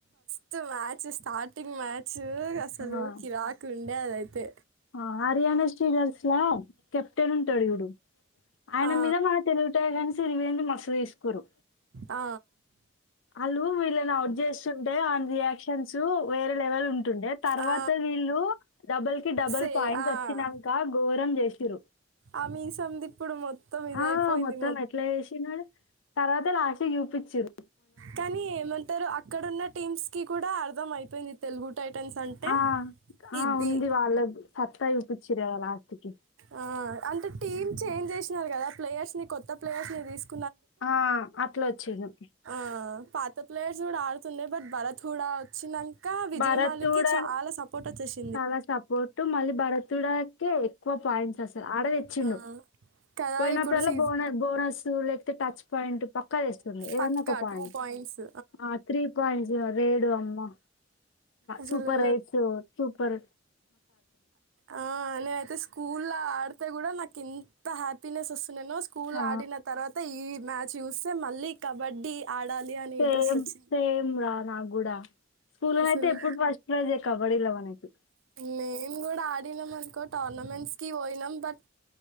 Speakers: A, on the right; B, on the left.
A: స్ట్ మ్యాచ్ స్టార్టింగ్ మ్యా చ్చ్ అసలు
B: ఆ,
A: కిరాకు ఉన్ లేేద అయితే
B: ఆ హర్యానా స్టీడర్స్ లా కెప్టెన్ ఉంటాడు ఇప్పుడు ఆయన
A: ఆ!
B: మీద మన తెలుగుటాయి రివెంజ్ మ తీస్కురు
A: ఆ
B: వాళ్ళు వీళ్ళని అవుట్ చేస్తుంటే అ రియాక్షన్స్ వేరే లెవెల్ ఉంటుండే తర్వాత
A: ఆ!
B: వీళ్ళు డబల్ కి డబల్
A: సే
B: పాయింట్స్
A: ఆ!
B: వచ్చినాక ఘోరం చేసిర
A: ఆ మీసంది ఇప్పుడు మొత్తం ఇదైపోయింది
B: ఆ మొత్తం ఎట్లా చేసినాడు తర్వాత లాస్ట్ టి చుపిచురు
A: కానీ ఏమంటారు అక్ క్కడున్న టీమ్స్ కి కూడా అర్థం అయిపోయింది తెలుగు టైటన్స్ అంటే
B: ఆ ఆ
A: ఇది
B: ఉంది వాళ్ళ సత్తా చూపించరు కదా లాస్ట్ కి
A: ఆ, అంటే టీమ్ చేంజ్ చేసినారు కదా ప్లేయర్స్ ని కొత్త ప్లేయర్స్ ని తీసుకు
B: ఆ అట్లా వాచింది
A: ఆ పాత ప్లేయర్స్ కూడా ఆడుతుండీ బట్ భరత్ కూడా వచ్చి నాక ఇంకా విజయమాలికి
B: భరత్ కూడా
A: చాలా సపోర్ట్ వచ్చేసి
B: చాలా సపోర్ట్ మళ్ళీ భరత్డా కి ఎక్కువ పాయింట్స్స్త ఆడర్ తెచ్చిండు
A: ఆ, కదా
B: పోయినప్పుడలా
A: ఇప్పుడు సీట్
B: బోన బోనస్ లేకపోతే టచ్ పాయింట్ పక్కా తెస్తుండు ఏదన్నా
A: పక్కా
B: ఒక పాయింట్
A: టూ పాయింట్స్
B: ఆ త్రీ పాయింట్స్ వేడు అమ్మా
A: అసలు
B: సూపర్ అయిస్ పర్
A: ఆ నే అయితే స్కూల్ ఆడుత అ కూడా నాకు ఇంత హ్యాపీనెస్ అస్తుంది నేను స్కూల్
B: ఆ
A: ఆడిన తర్వాత ఈ మ్యాచ్ చూస్తే మళ్ళీ కబడ్డీ ఆడాలి అని
B: సేమ్
A: ఇంట్రెస్ట్ వచ్చింది
B: సేమ్ రా నాకు కూడా స్కూల్న
A: అసలు
B: అయితే ఎప్పుడు ఫస్ట్ ప్రైజ్ ఎ కావ కాబాడిలావనకి
A: మేము కూడా ఆడినాం అనుకో టోర్నమెంట్స్కి పోయినాం బట్